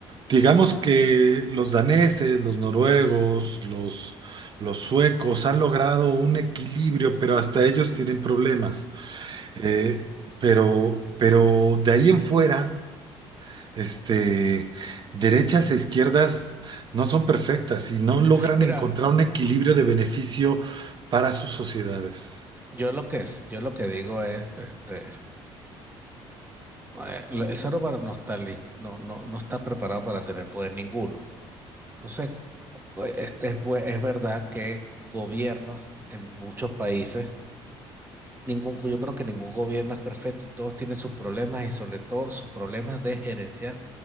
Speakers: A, on the right; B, on the right.
A: Digamos que los daneses, los noruegos, los, los suecos han logrado un equilibrio, pero hasta ellos tienen problemas. Eh, pero, pero de ahí en fuera, este, derechas e izquierdas no son perfectas y no logran
B: Mira,
A: encontrar un equilibrio de beneficio para sus sociedades.
B: Yo lo que es- yo lo que digo es, este, eh, el ser humano no está listo, no, no, no está preparado para tener poder ninguno. Entonces, eh, este es, bue- es verdad que gobiernos en muchos países, ningún, yo creo que ningún gobierno es perfecto y todos tienen sus problemas y sobre todo sus problemas de gerenciar